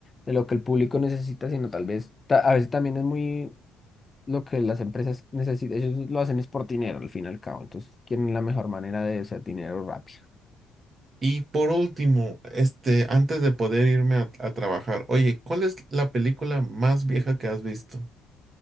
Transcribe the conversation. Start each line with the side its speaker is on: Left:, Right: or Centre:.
Left: de lo que el público necesita, sino tal vez, ta- a veces también es muy lo que las empresas necesitan. Ellos lo hacen es por dinero, al fin y al cabo. Entonces quieren la mejor manera de hacer dinero rápido.
Right: Y por último, este, antes de poder irme a, a trabajar, oye, ¿cuál es la película más vieja que has visto?